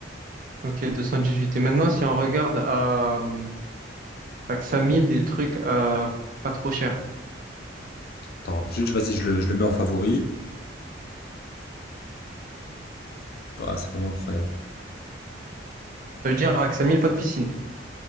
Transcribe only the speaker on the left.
Attends, juste, vas-y, je le, je le mets en favori. Ah, c'est vraiment incroyable.